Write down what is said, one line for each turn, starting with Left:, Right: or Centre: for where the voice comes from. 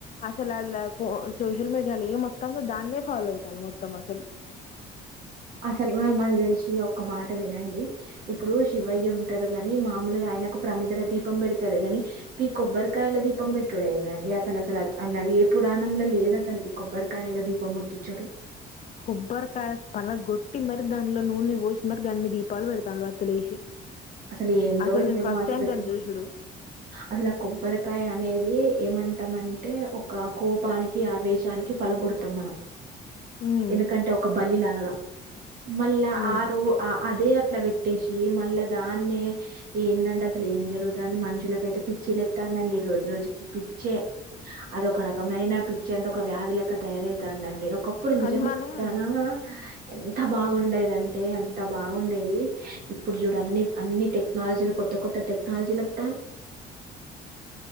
Left: అసలల్ ఫో సోషల్ మీడియాలో ఏంవొత్తన్దో దాన్నే ఫాలో అయితాళ్లు మొత్తం అసల్
Right: అసల్ మనక మాక్ దెల్సి ఒక్క మాట వినండి ఇపుడు శివయ్య ఉంటడు గాని మామూలుగా ఆయనకు ప్రమీదల దీపం బెడతరే గని గీ కొబ్బరికాయల దీపం బెట్టుడెందండి అసల్ అసల్ అత్ అల్ల ఏ పురాణంల లేదు అసలుకి కొబ్బరికాయల దీపం ముట్టిచ్చుడు
Left: కొబ్బరికాయ పలగొట్టి మరి దండ్లో నూనె పోసి మరి గన్ని దీపాలు పెడతాళ్లు వత్తులేసి
Right: అసలేందో
Left: అసలు నేను
Right: ఏమో
Left: ఫస్ట్
Right: అసలుకి
Left: టైం దాన్ని చూసుడు
Right: అసలు ఆ కొబ్బరికాయ అనేది ఏమంటం అంటే ఒక కోపానికి ఆవేశానికి పలగొడతం మనం
Left: ఉమ్
Right: ఎందుకంటే ఒక బలిలాగా మళ్ళా
Left: ఉమ్
Right: ఆరు ఆ అదే ఆక్ ట్ల వెట్టేసి మళ్ళ దాన్నే ఈ ఏందండ్అసల్ అసలేం జరుగుతంది మనుషులకైతే పిచ్చిలెత్తాందండి రోజు రోజుకి పిచ్ చ్చే అదొ ఒక రకమైన పిచ్చి అంటే ఒక వ్యాధి లెక్క తయారైతాందండి ఒక్ కప్పుడు నిజంగా
Left: అది మనం
Right: చెప్తానా ఎంత బాగుండేదంటే అంత బాగుండేది ఇప్పుడు జూడన్నీ అన్నీ టెక్నాలజీల్ కొత్త కొత్త టెక్నాలజీలక్